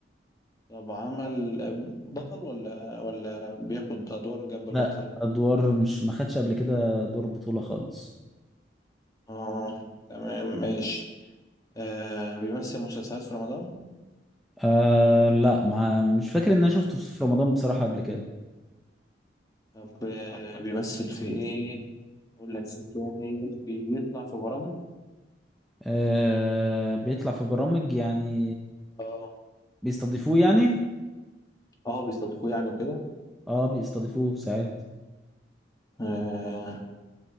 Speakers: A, on the left (about 20°); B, in the centre.
A: طب عمل بطل ولا ولا بياخد أدوار جنب
B: لا
A: البطل؟
B: ادوار مش ما خدش قبل كده دور بطولة خالص
A: اه تمام ماشي آه بيمثل مسلسلات في رمضان
B: آه لا ما مش فاكر ان انا شفته في رمضان بصراحة قبل كده
A: طب آه بيمثل في ايه؟ أقول لك إيه تاني بيطلع في برامج
B: آه بيطلع في برامج يعني
A: اه
B: بيستضيفوه يعني
A: اه بيستضيفوه يعني وكده
B: اه بيستضيفوه ساعات
A: آه